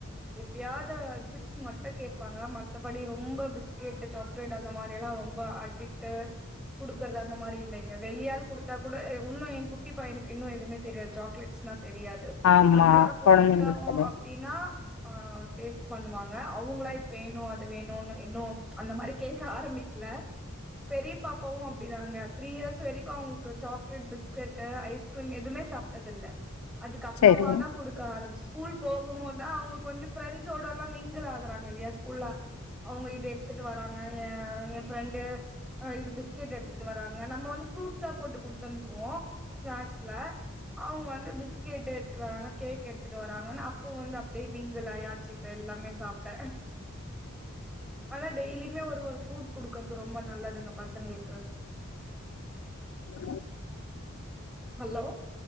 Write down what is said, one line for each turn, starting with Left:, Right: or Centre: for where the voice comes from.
Centre: எப்பியாவது சிப்ஸ் மட்டும் கேப்பாங்க மத்தபடி ரொம்ப பிஸ்கெட் சாக்லேட் அந்த மாரி எல்லாம் ரொம்ப அடிக் டு குடுக்கறது அந்த மாரி இல்ல இங்க வெளியாள் குடுத்தா கூட இன்னும் ஏ குட்டி பையனுக்கு இன்னு எதுவுமே தெரியாது சாக்லேட்ஸ் தெரியாது
Left: ஆமா
Centre: நம்மளா குடுத்தோம்
Left: கொழந்தைங்களுக்கு தெரியும்
Centre: அப்டின்னா ஆ டேஸ் பண்ணுவாங்க அவுங்ளா இது வேணு அது வேணுன் இன்னு அந்த மாரி கேக்க ஆரம்பிக்ல பெரிய பாப்பாவும் அப்படிதாங்க த்ரீ இயர்ஸ் வரைக்கும் அவங்களுக்கு சாக்லேட் பிஸ்கட் ஐஸ்கிரீம் எதுமே சாப்டது இல்ல அதுக்கு அப்புறமா
Left: சரிங்க
Centre: தான் குடுக்க ஆரம்பிச் ஸ்கூல் போகும் போதுதான் அவுங்க கொஞ்ச ஃப்ரெண்ட்ஸோட எல்லா மிங்கிள் ஆகுறாங்க இல்லியா ஸ்கூல்ல அவங்க இது எடுத்துட்டு வராங்க ஏ என் ஃப்ரெண்டு அ இது பிஸ்கெட் எடுத்துட்டு வராங்க நம்ம வந்து ஃப்ரூட்ஸா போட்டு குடுத்து அனுப்பவோம் ஸ்நாக்ஸ்ல அவங்க வந்து பிஸ்கெட் எடுத்துட்டு வராங்க கேக் எடுத்துட்டு வராங்கன்னா அப்போ வந்து அப் நெய் மீன் இதுலாயாச்சு இப்ப எல்லாமே சாப் ட ஆன டெய்லியுமே ஒரு ஒரு ஃபுரூட் குடுக்கர்து ரொம்ப நல்லது இந்த பசங்களுக்கு
Left: <inaudible>
Centre: ஹலோ